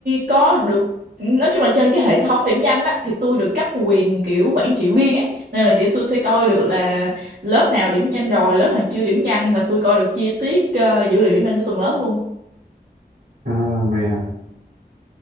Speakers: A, on the right; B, on the right.
A: có được nói chung là trên cái hệ thống điểm danh á thì tôi được cấp quyền kiểu quản trị viên ấy nên là kiểu tôi sẽ coi được là lớp nào điểm danh rồi lớp nào chưa điểm danh và tôi coi được chi tiết ờ, dữ liệu điểm danh của từng lớp luôn
B: À, vậy à.